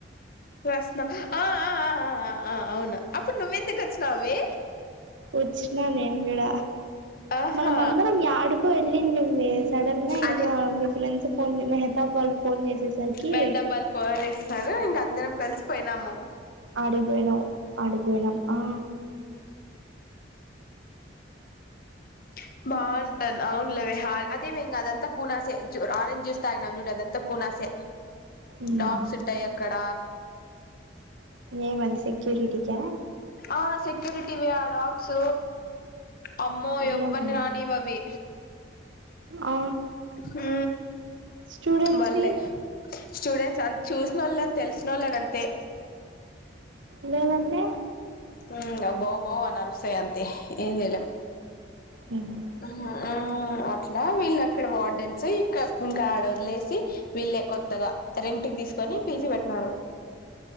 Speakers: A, on the left; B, on the right.
A: రస్న ఆ ఆ ఆ ఆ ఆ ఆ అవును అప్పుడు నువ్వెందుకు వచ్చినావ్ వే
B: వచ్చ్న నేన్ మిడ
A: ఆ ఆహా
B: మనం అందరం యాడికో ఎళ్ళిండిమ్మి సడన్ గా ఇంగ
A: అదే
B: మీ ఫ్రెండ్స్ ఫోన్ తీల హెతాబ్ వాళ్ళు ఫోన్ చేసేసరికి
A: హెదాబ్ వాళ్లు పోవనిస్తారు ఇంక అందరం కలిసి పొయినాము
B: ఆడికి పొయ్ నావ్ ఆడికి బొయినాం ఆ
A: <inaudible> బాగుంటాన్ అవునులేవే హ అదేవే ఇంగదంతా కూనాసె ఆరెంజ్ జ్యూస్ తాగినాం జూడు అదంతా కూనాసే
B: ఉమ్
A: డాగ్స్ ఉంటాయక్కడ
B: ఏమది సెక్యూరిటీకా
A: ఆ సెక్యూరిటీవే ఆ డాగ్స్ అమ్మో
B: ఓయమ్మ
A: ఎవ్వని రానీవవి
B: ఆ
A: హూ
B: స్టూడెంట్స్ని
A: బల్లె స్టూడెంట్స్ అన్ చూసినోళ్ళన్ తెలిసి నోళ్ళని అంతే
B: లేదండె
A: హ్మ్ అవి భౌ భౌ అని అరుస్తాయంతే ఏం జెయలేం
B: మ్మ్
A: మ్మ్ అట్లా వీళ్ళక్కడ వార్డెన్స్ ఇక ఇంకాడ వదిలేసి వీళ్ళే కొత్తగా దీసుకొని పీ జీ పెట్టినారు